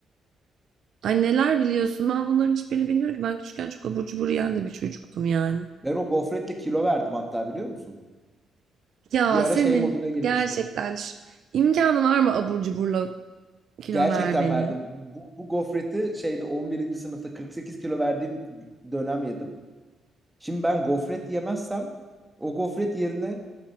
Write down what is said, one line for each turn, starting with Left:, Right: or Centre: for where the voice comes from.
Right: Ay neler biliyorsun? Ben bunların hiçbirini bilmiyorum ki. Ben küçükken çok abur cubur yiyen de bir çocuktum yani.
Centre: Ben o gofretle kilo verdim hatta biliyor musun?
Right: Ya
Centre: Bir ara
Right: senin
Centre: şey moduna girmiştim.
Right: gerçekten şu- imkanı var mı abur cuburla kilo
Centre: Gerçekten
Right: vermenin?
Centre: verdim. Bu, bu gofreti şeyde on birinci sınıfta 48 kilo verdiğim dönem yedim. Şimdi ben gofret yemezsem o gofret yerine